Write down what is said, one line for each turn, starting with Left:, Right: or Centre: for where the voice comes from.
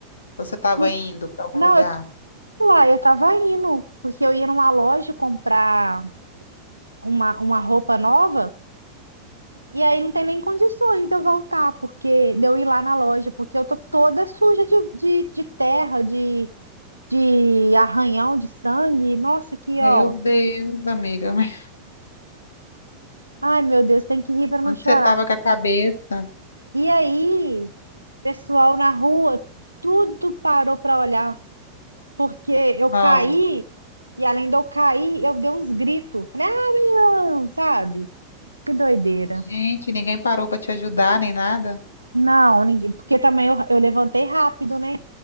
Left: Ou Você tava
Right: N-
Left: indo pra algum
Right: Não,
Left: lugar?
Right: eu, uai, eu tava indo, porque eu ia numa loja comprar uma, uma roupa nova. E aí não tem nem condições de eu voltar, porque de eu ir lá na loja, porque eu tô toda suja de, de, de terra, de, de arranhão, de sangue. Nossa, aqui,
Left: Meu
Right: ó.
Left: Deus, amiga, mas
Right: Ai, meu Deus, tem que rir
Left: <laughs>
Right: para não
Left: onde
Right: chorar.
Left: você estava com a cabeça?
Right: E aí, pessoal na rua, tudo parou para olhar, porque eu
Left: Nossa,
Right: caí, e além de eu cair, eu dei uns gritos. Falei, ah, menino, sabe? Que doideira.
Left: gente, ninguém parou para te ajudar nem nada?
Right: Não, ninguém, porque também eu, eu levantei rápido, né?